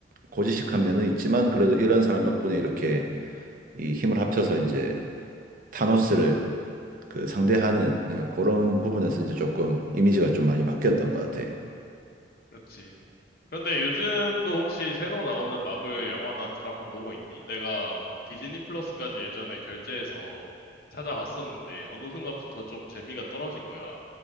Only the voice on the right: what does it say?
고지식한 면은 있지만 그래도 이런 사람 덕분에 이렇게 이 힘을 합쳐서 이제 타노스를 그 상대하는 어, 그런 부분에서 이제 조금 이미지가 좀 많이 바뀌었던 것 같아.